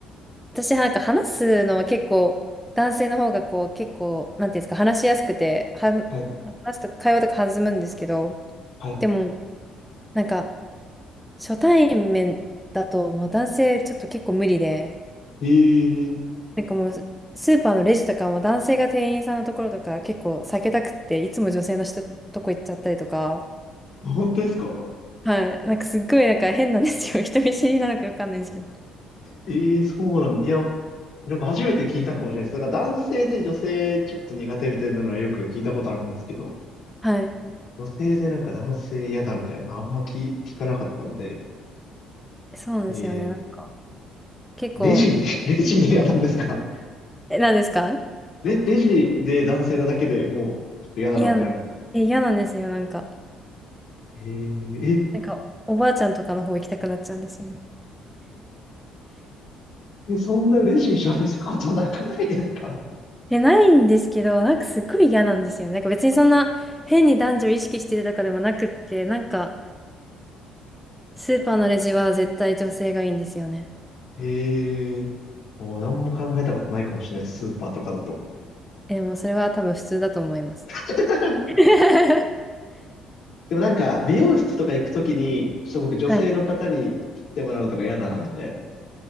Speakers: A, in the centre; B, on the left.
A: 私なんか話すのは結構、男性の方がこう、結構、なんていうんですか、話しやすくて、はん、
B: う。はい。
A: 話すと会話とか弾むんですけど、
B: はい。
A: でも、なんか、初対面だと、もう男性ちょっと結構無理で、
B: えー、
A: なんかもう、スーパーのレジとかも男性が店員さんのところとか結構避けたくって、いつも女性の人とこ行っちゃったりとか、
B: 本当ですか
A: はい。なんかすっごいなんか変なんですよ。<laughs> 人見知りなのかよくわかんないんですけど。
B: ええそうなんだ。いや、なんか初めて聞いたかもしれないです。なんか男性で女性ちょっと苦手みたいなのはよく聞いたことあるんですけど、
A: はい。
B: 女性でなんか男性嫌だみたいな、あんま聞、聞かなかったので、
A: そうなんですよね。
B: えー、
A: なんか、結構、
B: レジ、<laughs> レジで嫌なんですか
A: え、なんですか
B: レ、レジで男性なだけでもう、ちょっと嫌だなってなる。
A: 嫌な、え、嫌なんですよ。なんか、
B: えー、
A: なんか、おばあちゃんとかの方行きたくなっちゃうんですよね。
B: え、え、そんなレジ喋ることなくないですか
A: え、ないんですけど、なんかすっごい嫌なんですよね。なんか別にそんな変に男女意識してるとかでもなくって、なんか、スーパーのレジは絶対女性がいいんですよね。
B: えー、もう何も考えたことないかもしれない、スーパーとかだと。
A: え、もうそれは多分普通だと思います。
B: <laughs>
A: <laughs>
B: でもなんか、美容室とか行くときに、ちょっと僕女性の方に切ってもらうのとか嫌だな、
A: はい。
B: みたいな。